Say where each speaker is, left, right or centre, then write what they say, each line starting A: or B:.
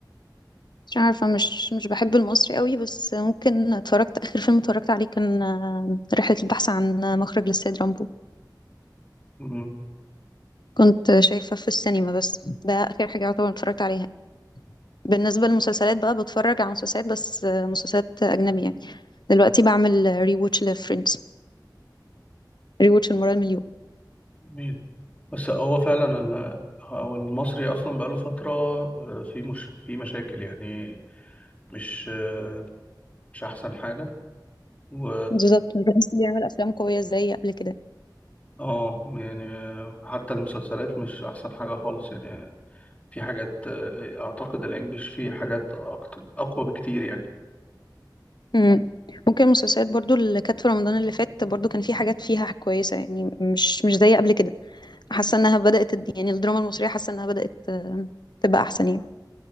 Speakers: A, on the left (about 70°); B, on the left (about 20°).
A: مش عارفة مش مش بحب المصري قوي بس ممكن اتفرجت آخر فيلم اتفرجت عليه كان آه، رحلة البحث عن آه، مخرج للسيد رامبو
B: مم،
A: كنت شايفة في السينما بس ده آخر حاجة يعتبر اتفرجت عليها بالنسبة للمسلسلات بقى بتفرج على مسلسلات بس آه، مسلسلات أجنبية يعني دلوقتي بعمل ري ووتش لفريندز ري ووتش المرة المليون
B: جميل بس هو فعلا ال- هو المصري أصلا بقاله فترة آه، في مش في مشاكل يعني مش آه، مش أحسن حاجة و
A: بالظبط مش بحس بيعمل أفلام قوية زي قبل كده
B: اه يعني آه، حتى المسلسلات مش أحسن حاجة خالص يعني في حاجات آه، اعتقد الانجليش فيه حاجات أكتر اقوى بكتير يعني
A: مم. ممكن المسلسلات برضو اللي كانت في رمضان اللي فات برضو كان في حاجات فيها كويسة يعني مش مش زي قبل كده حاسة انها بدأت تد- يعني الدراما المصرية حاسة انها بدأت آه، تبقى احسن يعني